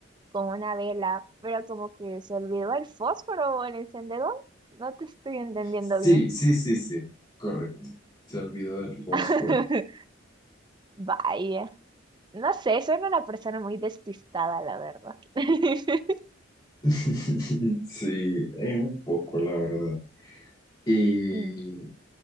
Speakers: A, on the right (about 25°); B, on the left (about 25°).
A: con una vela, pero como que se olvidó el fósforo o el encendedor. No te estoy entendiendo
B: Sí,
A: bien.
B: sí, sí, sí, correcto. Se olvidó del fósforo.
A: <laughs> Vaya, no sé, soy una persona muy despistada, la verdad. <laughs>
B: <laughs> Sí, eh, un poco, la verdad. Y
A: Mm,